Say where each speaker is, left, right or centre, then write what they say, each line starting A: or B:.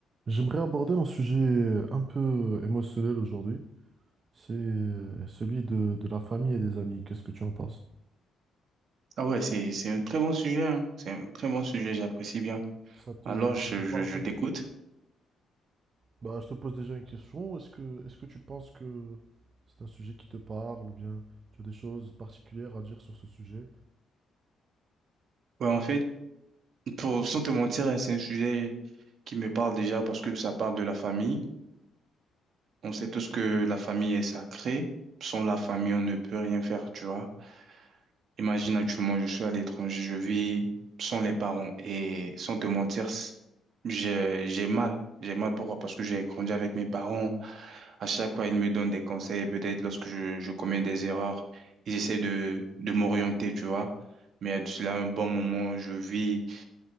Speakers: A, on the right; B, on the right.
A: J'aimerais aborder un sujet un peu émotionnel aujourd'hui. C'est euh, celui de, de la famille et des amis. Qu'est-ce que tu en penses?
B: Ah ouais, c'est, c'est un très bon sujet, hein. C'est un très bon sujet, j'apprécie bien.
A: Ça te,
B: Alors,
A: ça
B: je,
A: te parle
B: je, je
A: comme
B: t'écoute.
A: sujet? Bah, je te pose déjà une question. Est-ce que, est-ce que tu penses que c'est un sujet qui te parle ou bien tu as des choses particulières à dire sur ce sujet?
B: Ouais, en fait, pour, sans te mentir, hein, c'est un sujet qui me parle déjà parce que ça parle de la famille. On sait tous que la famille est sacrée. Sans la famille, on ne peut rien faire, tu vois. Imagine actuellement, je suis à l'étranger, je vis sans les parents et sans te mentir, c- j'ai, j'ai mal. J'ai mal pourquoi? Parce que j'ai grandi avec mes parents. À chaque fois, ils me donnent des conseils. Peut-être lorsque je, je commets des erreurs, ils essaient de, de m'orienter, tu vois. Mais à cela, un bon moment, je vis